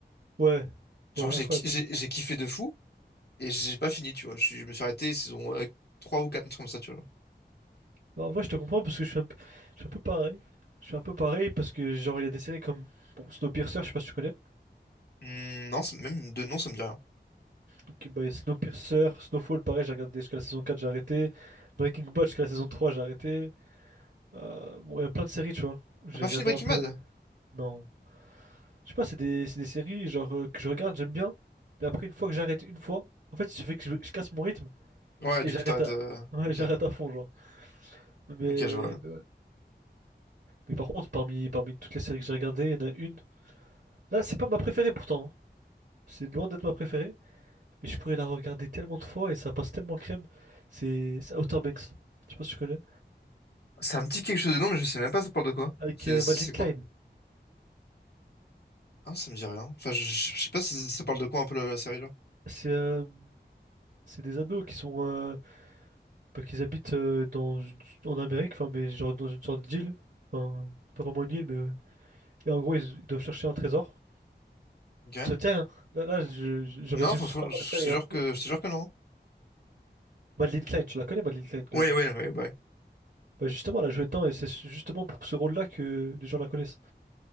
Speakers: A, on the right; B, on the left.
A: Ouais,
B: Genre
A: ouais,
B: j'ai,
A: incroyable.
B: j'ai j'ai kiffé de fou. Et j'ai pas fini, tu vois. Je, je me suis arrêté saison euh, 3 ou 4 un truc comme ça, tu vois.
A: Bah, en vrai, je te comprends parce que je suis un peu, je suis un peu pareil. Je suis un peu pareil parce que genre il y a des séries comme bon, Snowpiercer, je sais pas si tu connais.
B: Hmm, non, ça- même de nom, ça me dit rien.
A: Ok, bah, et Snowpiercer, Snowfall, pareil, j'ai regardé jusqu'à la saison 4, j'ai arrêté. Breaking Bad jusqu'à la saison 3, j'ai arrêté. Euh, bon, il y a plein de séries, tu vois. J'ai
B: T'as pas
A: regardé
B: fini Breaking
A: un peu.
B: Bad?
A: Non. Je sais pas, c'est des, c'est des séries genre euh, que je regarde, j'aime bien. Mais après, une fois que j'arrête une fois, en fait, il fait que je, je casse mon rythme
B: Ouais,
A: et
B: du
A: j'arrête
B: coup, t'arrêtes.
A: à...
B: euh,
A: <laughs> ouais,
B: Ok,
A: j'arrête à fond, genre. Mais, mais
B: ok, je vois.
A: ouais. Mais par contre, parmi, parmi toutes les séries que j'ai regardées, il y en a une. Là, c'est pas ma préférée pourtant. hein. C'est loin d'être ma préférée. Mais je pourrais la regarder tellement de fois et ça passe tellement crème. C'est c'est Outer Banks. Je sais pas si tu connais.
B: Ça me dit quelque chose de nom, mais je sais même pas ça parle de quoi.
A: avec
B: C'est
A: euh,
B: c'est
A: Madeleine Klein.
B: quoi? Ah, ça me dit rien. Enfin, je, je- je sais pas si ça parle de quoi un peu la, la série là.
A: C'est euh, c'est des ados qui sont euh, bah, qu'ils habitent euh, dans une- en Amérique, enfin mais genre dans une sorte d'île, enfin c'est pas vraiment une île mais ouais. Et en gros ils, ils doivent chercher un trésor.
B: Ok.
A: Ça te dit rien. Là, là je, je- je
B: Non,
A: résume
B: faut-
A: super
B: faut- je
A: mal la série.
B: te
A: hein.
B: jure que, je te jure que non.
A: Madeleine Klein, tu la connais Madeleine Klein quand
B: Ouais,
A: même.
B: ouais, ouais, bah ouais.
A: Bah justement elle a joué dedans et c'est justement pour ce rôle-là que les gens la connaissent.